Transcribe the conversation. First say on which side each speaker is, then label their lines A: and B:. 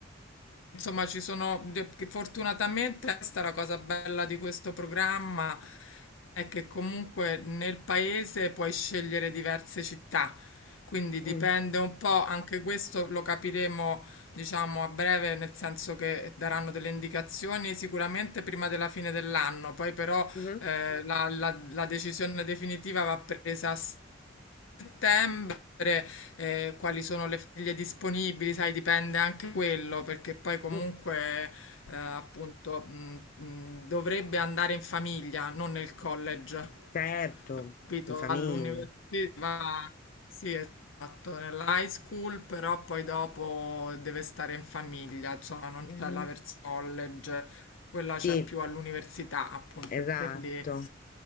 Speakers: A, on the left (about 80°); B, on the left (about 45°).
A: insomma, ci sono, de- che fortunatamente questa è la cosa bella di questo programma, è che comunque nel paese puoi scegliere diverse città, quindi
B: Mm,
A: dipende un po', anche questo lo capiremo, diciamo, a breve, nel senso che daranno delle indicazioni sicuramente prima della fine dell'anno, poi però
B: mhm,
A: eh, la, la la decisione definitiva va presa a settembre, eh, quali sono le foglie disponibili, sai, dipende anche quello, perché poi comunque
B: mm,
A: eh, appunto mh, mh, dovrebbe andare in famiglia, non nel college
B: Certo,
A: capito?
B: in famiglia.
A: All'università, sì, esatto, nell'high school, però poi dopo deve stare in famiglia, insomma, non
B: Mh-mh.
A: c'è la verso college, quella
B: Sì,
A: c'è più all'università, appunto.
B: esatto.
A: Quindi,